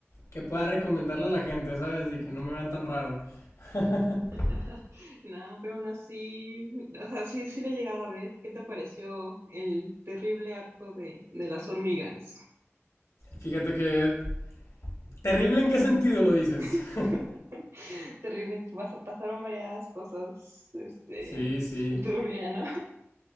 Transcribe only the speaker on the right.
<laughs> No, pero aún así, o sea, sí, sí lo he llegado a ver. ¿Qué te pareció el terrible arco de, de las hormigas?
<laughs>
Terrible, pas- pasaron varias cosas, este,
turbia, ¿no?